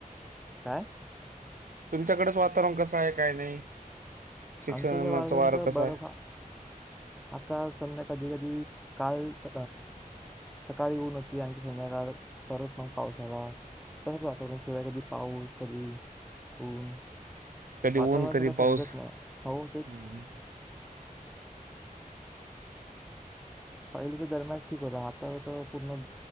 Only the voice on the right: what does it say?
तुमच्याकडेच वातावरण कसं आहे? काय नाही? शिक्षणाचं
वारं
कसं
आहे?
कधी
ऊन कधी
पाऊस.
हं.